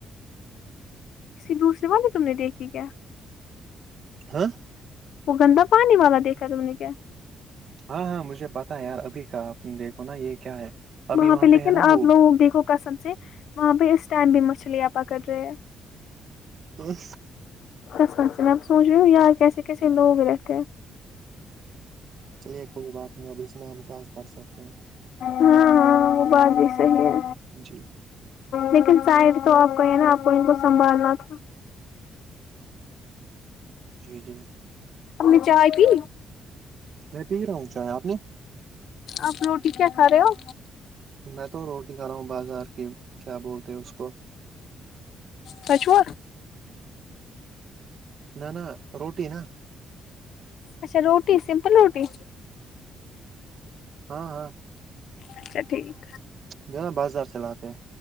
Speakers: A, on the left (about 60°); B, on the right (about 40°).
A: اسی دوسرری بات ہی تم نے دیکھی کیا
B: ہاں
A: وہ گندا پانی والا دیکھا تم نے کیا
B: ہاں ہاں مجھے پتا ہے یار ابھی کا دیکھو نا یہ کیا ہے ابھی
A: وہاں پہ لیکن
B: ہے نا
A: آپ
B: وہ
A: لوگوں دیکھو کسم سے وہاں پہ اس ٹائم بھی مچھلیاں پکڑ رہے ہیں
B: ہوں
A: سس سنچ سے میں اب سوچ رہی ہوں یار کیسے کیسے لوگ رہتے ہیں
B: چلیے کوئی بات نہیں اب اس میں ہم کیا کر سکتے ہیں
A: ہاں ہاں وہ بات بھی صحی ہے
B: جی
A: لیکن شاید تو آپ کو یہ نا آپ کو ان کو سنبھالنا تھا
B: جی جی
A: ہمنے چائے کی
B: میں پی رہا ہوں چائے آپ نے
A: آپ روٹی کیا کھا رہے ہو
B: میں تو روٹی کھا رہا ہوں بازار کی کیا بولتے اس کو
A: ت چا
B: نہ روٹی نا
A: اچھا روٹی سمپل روٹی
B: ہاں ہاں
A: اچھا ٹھیک
B: جو ہے نا بازار چلاتے ہیں